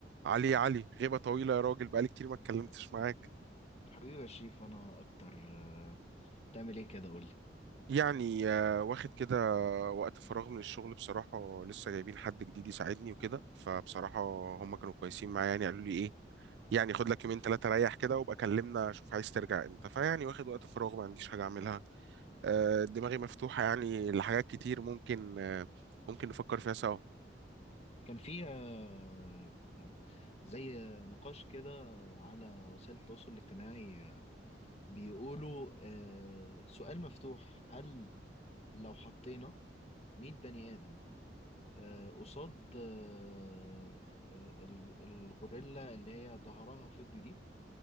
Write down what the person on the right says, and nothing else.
علي يا علي غيبة طويلة يا راجل بقالي كتير ما اتكلمتش معاك
يعني آه، واخد كده وقت فراغ من الشغل بصراحة لسه جايبين حد جديد يساعدني وكده فبصراحة هم كانوا كويسين معايا يعني قالوا لي ايه يعني خد لك يومين ثلاثة ريح كده وابقى كلمنا شوف عايز ترجع امتى فيعني واخد وقت فراغ ما عنديش حاجة اعملها آه، دماغي مفتوحة يعني لحاجات كتير ممكن آه، ممكن نفكر فيها سوا